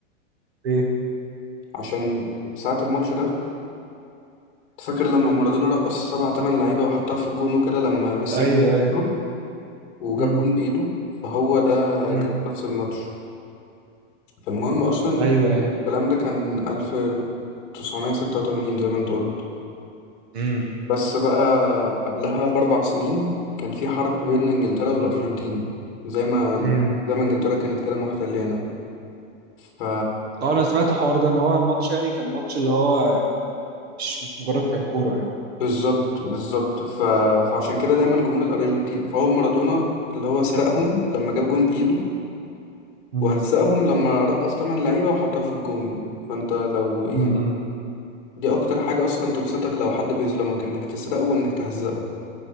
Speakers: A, on the right (about 55°); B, on the left (about 40°).
A: ايه
B: عشان ساعة الماتش ده فاكر لما مارادونا رقص سبعة تمن لعيبة وحطها في الجون وكده لما ميسي
A: ايوه ايوه
B: جاب وجاب
A: امم
B: جون بإيده فهو ده
A: امم
B: كان في نفس الماتش فالمهم أصلا
A: ايوه ايوه
B: الكلام ده كان 1986 زي ما أنت قلت
A: امم
B: بس بقى قبلها بأربع سنين كان في حرب بين إنجلترا والأرجنتين زي ما
A: امم
B: زي ما إنجلترا كانت كده محتليانا ف
A: اه انا سمعت الحوار ده ان هو الماتش يعني كان ماتش اللي هو مش مش مجرد كان كوره يعني
B: بالظبط بالظبط ف... فعشان كده دايما جمهور الأرجنتين فهو مارادونا اللي هو سرقهم لما جاب جون بإيده
A: امم
B: وهزقهم لما رقص تمن لعيبة وحطها في الجون فانت لو يعني
A: امم
B: دي اكتر حاجة اصلا تبسطك لو حد بيظلمك انك تسرقه وانك تهزقه